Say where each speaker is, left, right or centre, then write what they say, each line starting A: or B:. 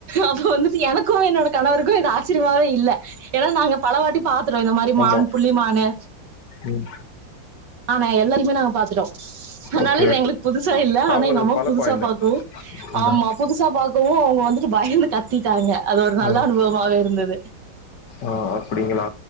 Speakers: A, on the right; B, on the left.
A: அப்ப வந்துட்டு எனக்கு என்னோட கணவருக்கு இது ஆச்சரியமாவே இல்ல ஏன்னா நாங்க பலவாட்டி பாத்துட்டோ இந்த மாரி மான்
B: ஆமா
A: புள்ளி மானு
B: ம்
A: ஆனா எல்லாருக்குமே நா பாத்துட்டோ அதனால
B: ஓகே
A: இது
B: ஓகே
A: எங்களுக்கு புதுசா இல்ல ஆனா
B: அவங்களுக்கு
A: எங்க அம்மாக்கு
B: பழக்கோ
A: புதுசா
B: இல்ல
A: பாக்கவு
B: இதா
A: ஆமா புதுசா புசா பாக்கவு அவங்க வந்துட்டு பயந்து கத்திட்டாங்க அது ஒரு நல்லா
B: ம்
A: அனுபவமா இருந்தது
B: ஆ அப்படிங்களா